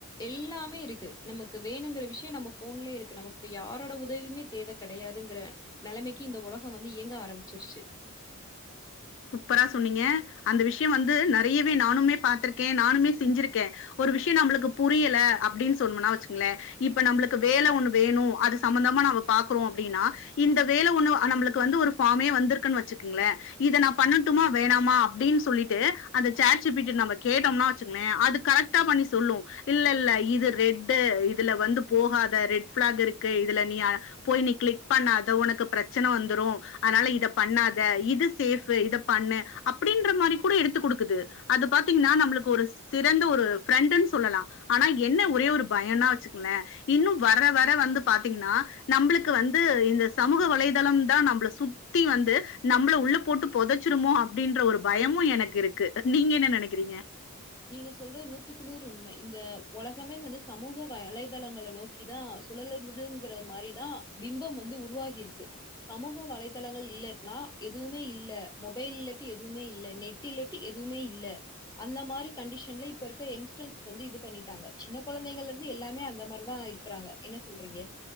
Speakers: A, on the left; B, on the left.
A: எல்லாமே இருக்கு நமக்கு வேணுங்கிற விஷ்ய நம்ம ஃபோன்லே இருக்கு நமக்கு யாரோட உதவியுமே தேவ கெடயாதுங்கிற நெலமக்கி இந்த ஒலகொ வந்து இயங்க ஆரம்பிச்சிருச்சு
B: சூப்பரா சொன்னீங்க அந்த விஷ்ய வந்து நறையவே நானுமே பாத்திருக்கே நானுமே செஞ்சிருக்கே ஒரு விஷ்ய நம்மளுக்கு புரியல அப்டின் சொன்னோம்னா வச்சுங்ளே இப்ப நம்ளுக்கு வேல ஒன்னு வேணு அது சம்மந்தமா நம்ம பாக்குறோ அப்டின்னா இந்த வேல ஒன்னு நம்பளுக்கு வந்து ஒரு ஃபார்மே வந்திருக்குன் வச்சு க்குங்ளே இத நா பண்ணட்டுமா வேணாமா அப்டின் சொல்லிட்டு அந்த சாட் ஜி பி டி ல நம்ம கேட்டோம்னா வச்சுங்ளே அது கரெக்ட்டா பண்ணி சொல்லு இல்லெல்ல இது ரெட்டு இதுல வந்து போகாத ரெட் ஃப்ளாக் இருக்கு இதுல நீ போய் நீ கிளிக் பண்ணாத உனக்கு பிரச்சன வந்துரு அனால இத பண்ணாத இது சேஃபு இத பண்ணு அப்டின்ற மாரி கூட எடுத்து குடுக்குது அது பாத்தீங்னா நம்மளுக்கு ஒரு சிறந்த ஒரு ஃப்ரெண்டுன் சொல்லலா ஆனா என்ன ஒரே ஒரு பயன்னா வச்சுக்ளே இன்னு வர வர வந்து பாத்தீங்னா நம்பளுக்கு வந்து இந்த சமூக வலைதளம் தா நம்பள சுத்தி வந்து நம்பள உள்ள போட்டு பொதச்சிருமோ அப்டின்ற ஒரு பயமு எனக்கு இருக்கு நீங்க என்ன நெனக்கிறீங்க?
A: நீங்க சொல்றது நூத்துக்கு நூறு உண்மை இந்த ஒலகமே வந்து சமூக வலைதளங்கள நோக்கிதா சுழலதுங்குற மாரிதா பிம்பம் வந்து உருவாகி இருக்கு சமூக வலைதளங்கள் இல்லன்னா எதுவ்மே இல்ல மொபைல் இல்லட்டி எதுவ்மே இல்ல நெட் இல்லட்டி எதுவ்மே இல்ல அந்த மாரி கண்டிஷன்ல இப்ப இருக்க யங்ஸ்டர்ஸ் வந்து இது பண்ணிட்டாங்க சின்ன கொழந்தைகள்லருந்து எல்லாமே அந்த மாரிதா இருக்குறாங்க என்ன சொல்றீங்க